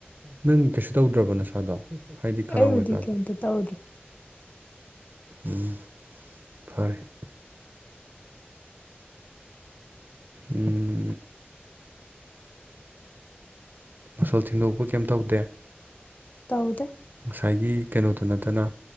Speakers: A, on the right; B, on the left.
A: ꯅꯪ ꯀꯩꯁꯨ ꯇꯧꯗ꯭ꯔꯕ ꯅꯁꯥꯗ ꯍꯥꯏꯗꯤ ꯈꯅꯥꯎ
B: ꯑꯩꯕꯨꯗꯤ
A: ꯀꯩꯀꯥꯗ
B: ꯀꯩꯝꯇ ꯇꯧꯗ꯭ꯔꯦ
A: ꯎꯝ ꯐꯔꯦ <unintelligible> ꯎꯝ ꯃꯁꯜ ꯊꯤꯟꯗꯣꯛꯄ ꯀꯩꯝ ꯇꯧꯗꯦ
B: ꯇꯗ
A: ꯉꯁꯥꯏꯒꯤ ꯀꯩꯅꯣꯗꯨ ꯅꯠꯇꯅ